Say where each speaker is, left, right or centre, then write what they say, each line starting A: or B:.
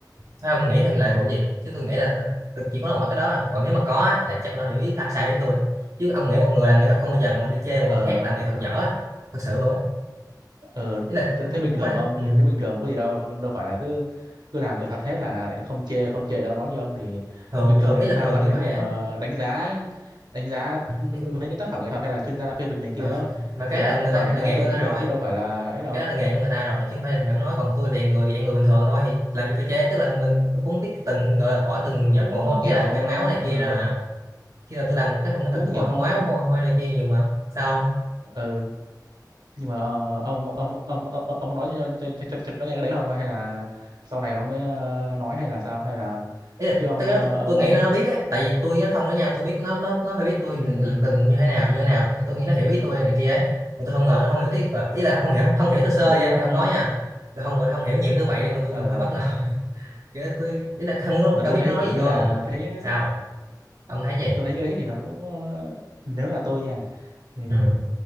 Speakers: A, on the right (about 50°); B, on the right (about 75°).
A: sao không nghĩ thêm lại vụ gì chứ tôi nghĩ là tôi, tôi chỉ có nói mỗi cái đó à. còn nếu mà có á, là chắc nó hiểu ý ta sai ý tôi chứ ông nghĩ một người làm nghệ thuật không bao giờ ngồi đi chê một
B: ờ
A: người khác làm nghệ thuật dở á thật sự luôn á
B: ờ
A: ý là
B: thế
A: không
B: thế bình
A: không
B: thường
A: phải
B: mà ông
A: ừ.
B: thế bình thường mà có gì đâu đâu phải là cứ cứ làm nghệ thuật hết là lại không chê không chê đâu nói như ông thì
A: thường
B: bình thường
A: thường ý là
B: thì đa
A: thường
B: phần
A: như
B: mấy
A: vậy
B: người
A: á
B: mà đánh giá đánh giá mấy
A: ừ.
B: cái tác phẩm nghệ thuật hay là chuyên gia phê bình này kia
A: ờ. mà cái
B: người ta
A: là người ta
B: toàn
A: là
B: đánh giá
A: nghề
B: chung
A: của người
B: lĩnh
A: ta rồi
B: vực chứ đâu phải là ấy đâu
A: cái đó là nghề của người ta rồi chứ không phải là thầy không nói còn tôi liền người dạng người bình thường thôi thì làm gì tôi chế tức là mình cũng biết từng gọi là bỏ từng giọt
B: cũng
A: mồ hôi
B: kiểu
A: cái là cái máu này
B: ờ,
A: kia ra mà khi là tôi làm một cái phòng nghệ thuật
B: cũng
A: tôi
B: kiểu
A: bỏ
B: không
A: máu mồ hôi này kia nhiều mà sao không
B: ờ, nhưng mà ờ, ông ông ông ông, ông có nói cho cho cho, cho nó nghe cái đấy không hay là sau này ông mới ờ, nói hay là sao hay là
A: ý là
B: chứ ông
A: tới đó
B: ờ,
A: tôi,
B: ờ,
A: tôi nghĩ là nó biết á tại vì tôi nó thân với nhau tôi biết nó nó nó phải biết tôi
B: ừ
A: là
B: ừ
A: từng như thế nào như thế nào tôi, tôi nghĩ nó hiểu
B: ừ
A: ý tôi này kia ấy mà tôi không ngờ nó không hiểu tiếng ý là không hiểu không, không hiểu sơ sơ
B: mà tôi
A: nha
B: ờ,
A: thì không nói nha tôi không gọi là không hiểu nhiều tới vậy đâu mà tôi
B: ờ,
A: cũng hơi bất ngờ <laughs> kiểu tôi ý là không có-
B: mà
A: ông
B: tôi
A: biết
B: thấy
A: nó nói
B: kiểu
A: gì
B: như
A: tôi
B: là
A: không
B: thấy
A: sao ông thấy gì
B: tôi thấy cái đấy thì nó cũng ờ, nếu là tôi nha thì,
A: ừ.